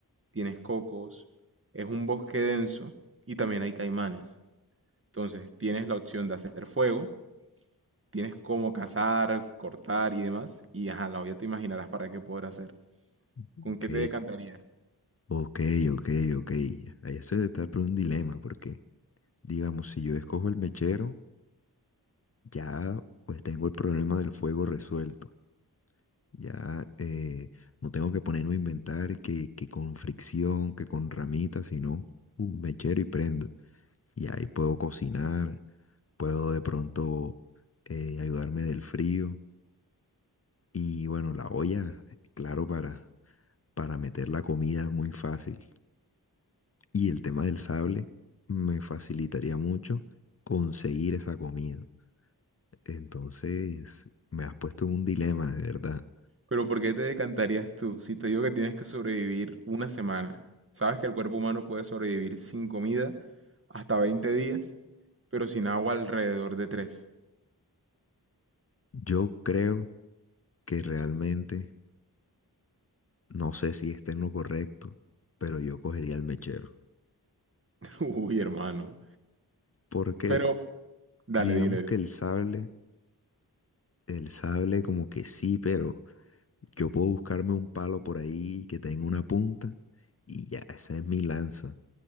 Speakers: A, on the right; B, on the left.
A: tienes cocos. Es un bosque denso y también hay caimanes. Entonces, tienes la opción de hacer fuego, tienes cómo cazar, cortar y demás. Y ajá, la olla te imaginarás para qué poder hacer.
B: ok.
A: ¿Con qué te decantarías?
B: Ok, ok, ok. Ahí se está por un dilema porque Digamos, si yo escojo el mechero, ya pues tengo el problema del fuego resuelto. Ya eh, no tengo que ponerme a inventar que, que con fricción, que con ramitas, sino un mechero y prendo. Y ahí puedo cocinar, puedo de pronto eh, ayudarme del frío. Y bueno, la olla, claro, para, para meter la comida es muy fácil. Y el tema del sable me facilitaría mucho conseguir esa comida. Entonces, me has puesto en un dilema, de verdad.
A: Pero ¿por qué te decantarías tú si te digo que tienes que sobrevivir una semana? Sabes que el cuerpo humano puede sobrevivir sin comida hasta 20 días, pero sin agua alrededor de 3.
B: Yo creo que realmente, no sé si esté en lo correcto, pero yo cogería el mechero.
A: <laughs> Uy, hermano.
B: Porque
A: Pero, dale,
B: digamos
A: dile.
B: que el sable, el sable como que sí, pero yo puedo buscarme un palo por ahí que tenga una punta y ya, esa es mi lanza,